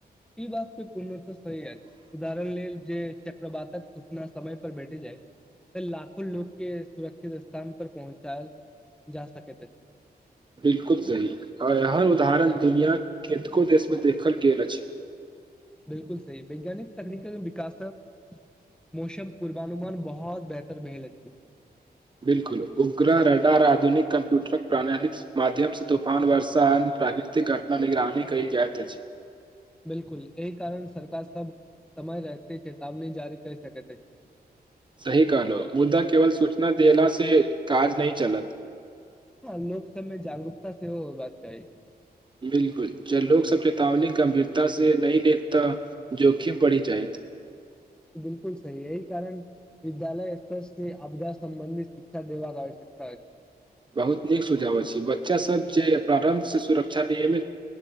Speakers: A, in the centre; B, on the right (about 30°).
A: ई बात तऽ पूर्णतः सही अछि उदाहरण लेल जे चक्रवातक सूचना समय पर बैटि जायत त लाखो लो के सुरक्षित स्थान पर पहुँचायल जा सकैत अछि
B: बिलकुल सही आ हर उदाहरण दुनिया केतको देश देखल केल अछि
A: बिल्कुल वैज्ञानिक तकनीकक विकास स मौसम पूर्वानुमान बहुत बेहतर भेल अछि
B: बिल्कल उग्रा रडा आधुनिक कम्प्यूटरक प्रणाली माध्यम से तूफान वर्षा आ प्राकृतिक घटना निगरानी कइल जाईय अछी
A: बिलकुल एहि कारण सरकार सब समय रहते चतावनी जारी कैर सकैत अछि
B: सही कहलो मुद्दा केवल सूचना देना से काज नहि चलत
A: लोक सबमे जागरूकता सेहो होयबाक चाही
B: बिलकुल ज लोग सबके चेतावनी गंभीरता से नहि देखता जोखिम पढ़ी जाइत
A: बिल्कुल सही एहि कारण विद्यालय स्तर आपदा सम्बन्धीत शिक्षा देबाक आवश्यकता अछि
B: बहुत नीक सुझाव छै बच्चासभ जे प्रारम्भसँ सुरक्षा नियमित